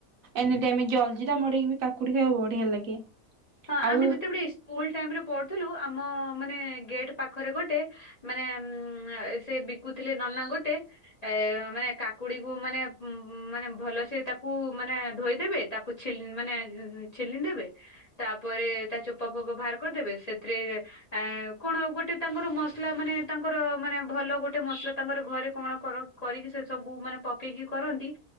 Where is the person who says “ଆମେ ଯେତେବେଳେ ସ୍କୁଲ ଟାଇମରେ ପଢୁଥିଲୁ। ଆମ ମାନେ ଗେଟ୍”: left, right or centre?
Left